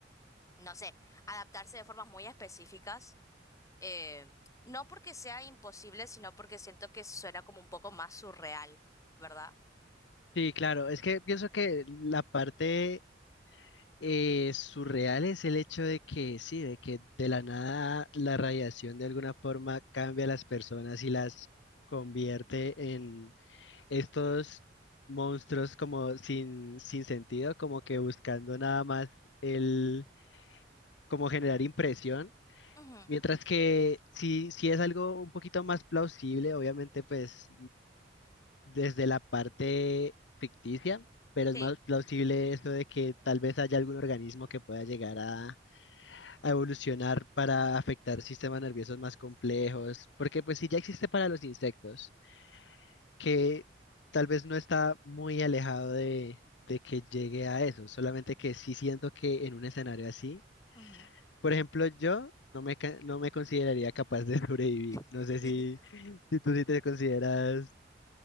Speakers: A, on the left; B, on the left.
A: no sé, adaptarse de formas muy específicas eh, no porque sea imposible, sino porque siento que suena como un poco más surreal, ¿verdad?
B: Sí, claro, es que pienso que la parte eh, surreal es el hecho de que sí, de que de la nada la radiación de alguna forma cambia a las personas y las convierte en estos monstruos como sin, sin sentido, como que buscando nada más el, como generar impresión.
A: Ujú,
B: Mientras que si, si es algo un poquito más plausible, obviamente pues desde la parte ficticia, pero
A: Sí.
B: es más plausible eso de que tal vez haya algún organismo que pueda llegar a, a evolucionar para afectar sistemas nerviosos más complejos, porque pues si ya existe para los insectos, que tal vez no está muy alejado de, de que llegue a eso, solamente que sí siento que en un escenario así,
A: Ujú.
B: por ejemplo, yo... No me, ca- no me consideraría capaz de <laughs> sobrevivir.
A: <laughs>
B: No sé si, si tú sí te consideras